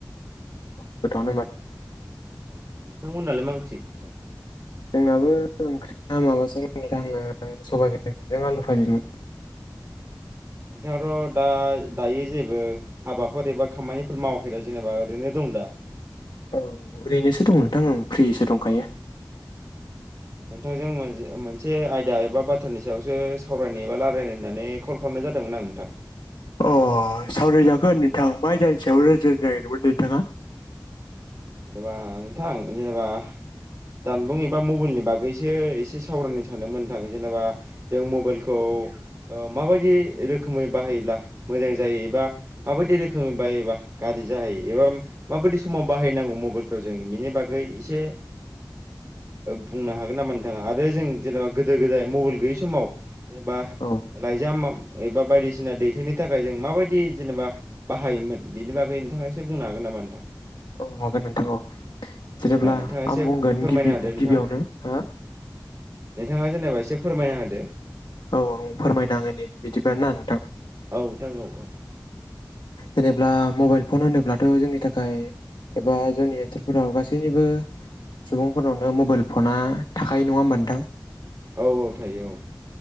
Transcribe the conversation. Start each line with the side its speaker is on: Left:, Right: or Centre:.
Left: गोथावानो मारो।
Right: औ नोंथांमोनलाय मा ओंख्रि मोन?
Left: जोंनाबो ओंख्रिया माबासोमोन नोंथां ओ सबायबिमाजों आलु भाजिमोन।
Right: <inaudible> <unintelligible> नोंथाङाथ दा दायो जेबो हाबाफोर एबा खामानिफोर मावाखै दा जेनेबा ओरैनो दं। दा?
Left: औ ओरैनोसो दं नोंथां आं फ्रिसो दंखायो।
Right: औ औ नोंथां। नोंथांजों मोनसे आयदा एबा बाथ्रानि सायावसो सावरायनाय एबा रायलायनो होननानै कल खालामनाय जादोंमोन आं नोंथां‌।
Left: अ सावरायजागोन नोंथां मा जान सायाव रोजनो नागिरदोंमोन नोंथाङा?
Right: जेनेबा नोंथां जेनेबा जानबुं
Left: औ
Right: एबा मबाइलनि बागै बगैसो एसे सावरायनो सानदोंमोन नोंथां जेनेबा जों मबाइलखौ माबायदि। रोखोमै बाहायोब्ला मोजां जायो एबा। माबायदि रोखोमनि बायोबा गारज्रि जाहायो एबा माबायदि समाव बाहायनांगौ। मबाइलखौ जों बिनि बागै एसे बुंनो हागोन नामा नोंथाङा आरो जों जेनेबा गोदो गोदाय मबाइल गैयै समाव। जेनेबा
Left: औ
Right: लाइजाम एबा बायदिसिना दैथोनि थाखाय जों माबायदि जेनेबा बाहायोमोन बिनि बागै नोंथाङा एसे बुंनो हागोन नामा? <unintelligible> <unintelligible>
Left: औ हागोन नोंथां औ
Right: अ होमबा
Left: जेनेब्ला
Right: नोंथाङा एसे
Left: आं बुंगोन
Right: फोरमायना
Left: गिबि
Right: होदो नोंथां
Left: गिबियावनो हो।
Right: नोंथाङा जेनेबा एसे फोरमायना होदो।
Left: औ आं फोरमायना होनि बिदिबा ना नोंथां।
Right: औ नोंथां औ औ
Left: जेनेब्ला मबाइल फन होनोब्लाथ' जोंनि थाखाय एबा जोंनि ओनसोलफोराव गासैनिबो सुबुंफोरनावनो मबाइल फना थाखायो नङा होमबा नोंथां।
Right: औ औ थायो औ